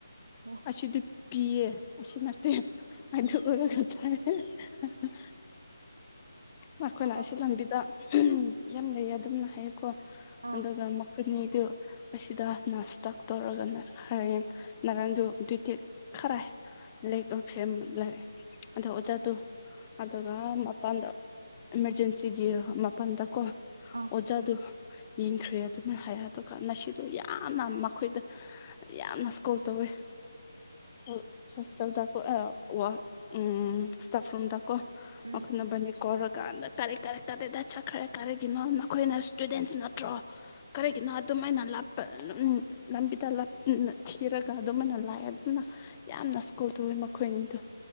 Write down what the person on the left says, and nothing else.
ꯑꯁꯤꯗꯤ ꯄꯤꯌꯦ ꯑꯁꯤ ꯅꯠꯇꯦ ꯑꯗꯨ ꯎꯔꯒ ꯆꯥꯏ ꯍꯥ ꯍꯥ ꯍꯥ ꯃꯈꯣꯏꯅ
ꯑꯁꯤ ꯂꯝꯕꯤꯗ ꯑꯍꯝ ꯌꯥꯝ ꯂꯩꯌꯦ ꯑꯗꯨꯝꯅ ꯀꯣ
ꯑꯗꯨꯒ ꯃꯈꯣꯏꯅꯤ ꯗꯨ ꯑꯁꯤꯗ ꯅꯥꯁꯇꯛ ꯇꯧꯔꯒ ꯍꯌꯦꯡ ꯅꯔꯪꯗꯨ ꯗꯨꯏꯇꯦꯛ ꯈ꯭ꯔꯥꯏ ꯂꯩ ꯑꯣꯈꯔꯦꯝ ꯂꯩ ꯑꯗꯣ ꯑꯣꯖꯥꯗꯨ ꯑꯗꯨꯒ ꯃꯄꯥꯟꯗ ꯑꯦꯃꯔꯖꯦꯟꯁꯤꯒꯤ ꯃꯥꯄꯟꯗꯀꯣ
ꯑꯣꯖꯥꯗꯨ ꯌꯦꯡꯈ꯭ꯔꯦ ꯑꯗꯨꯅ ꯍꯥꯏ ꯑꯗꯨꯒ ꯅꯁꯤꯗꯨ ꯌꯥꯝꯅ ꯃꯈꯣꯏꯗ ꯌꯥꯝ ꯌꯥꯝꯅ ꯁꯀꯣꯜ ꯇꯧꯋꯦ ꯁꯣ ꯁꯣꯁꯦꯜꯗꯀꯣ ꯑꯥ ꯋꯥ ꯎꯝ ꯏꯁꯇꯞꯔꯨꯝꯗ ꯀꯣ
ꯃꯈꯣꯏꯅꯕꯥꯅꯤ ꯀꯧꯔꯀꯥꯟꯗ ꯀꯔꯤ ꯀꯔꯤ ꯀꯗꯥꯏꯗ ꯆꯠꯈ꯭ꯔꯦ ꯀꯔꯤꯒꯤꯅꯣ ꯅꯛ ꯈꯣꯏꯅ ꯁ꯭ꯇꯨꯗꯦꯟꯁ ꯅꯠꯇ꯭ꯔꯣ ꯀꯔꯤꯒꯤꯅꯣ ꯑꯗꯨꯃꯥꯏꯅ ꯂꯥꯞꯄ ꯂꯝꯕꯤꯗ ꯊꯤꯔꯒ ꯑꯗꯨꯃꯥꯅ ꯂꯥꯛꯑꯦ ꯑꯗꯨꯝꯅ ꯌꯥꯝꯅ ꯁ꯭ꯀꯣꯜ ꯇꯧꯋꯦ ꯃꯈꯣꯏꯑꯅꯤꯗꯣ